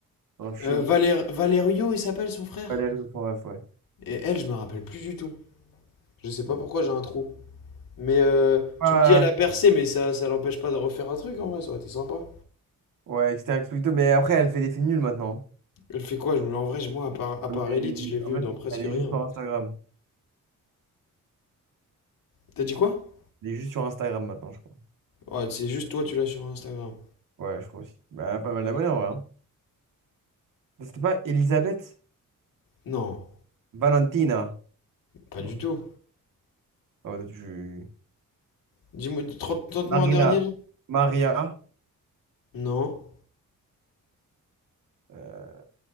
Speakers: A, on the right; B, on the left.
A: Son ref chelou.
B: Euh, Valer- Valerio, il s'appelle son frère.
A: Valérie, son ref, ouais.
B: Et elle, je me rappelle plus du tout. Je sais pas
A: Mm.
B: pourquoi j'ai un trou. Mais euh,
A: Ah,
B: tu me dis, elle a percé, mais ça, ça l'empêche pas de refaire un truc en vrai, ça aurait été sympa.
A: ouais, etc. Explito, mais après, elle fait des films nuls maintenant.
B: Elle fait quoi? Je me... En vrai, moi, à part, à
A: Ah,
B: part
A: mais elle
B: Elite,
A: est devenue-
B: je l'ai vu
A: En fait,
B: dans presque
A: elle
B: rien.
A: est juste sur Instagram.
B: T'as dit quoi?
A: Elle est juste sur Instagram maintenant, je crois.
B: Ouais, c'est juste toi, tu l'as sur Instagram.
A: Ouais, je crois aussi. Bah, elle a pas mal d'abonnés, en vrai. hein. C'était pas Elisabeth
B: Non,
A: Valentina.
B: pas
A: Non,
B: du tout.
A: je... ah ouais, toi, tu...
B: Dis-moi, tente- tente-moi
A: Marina,
B: un dernier là.
A: Maria,
B: Non.
A: euh,